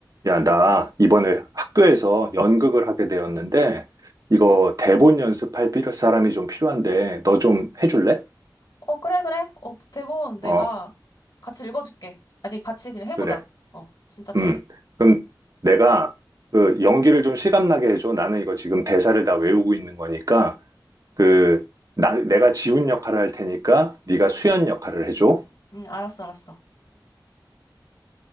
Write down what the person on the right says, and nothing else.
야, 나 이번에 학교에서 연극을 하게 되었는데, 이거 대본 연습할 필요, 사람이 좀 필요한데, 너 좀 해줄래?
어,
그래.
음. 그럼 내가 그 연기를 좀 실감나게 해줘. 나는 이거 지금 대사를 다 외우고 있는 거니까, 그, 나, 내가 지훈 역할을 할 테니까, 네가 수연 역할을 해줘.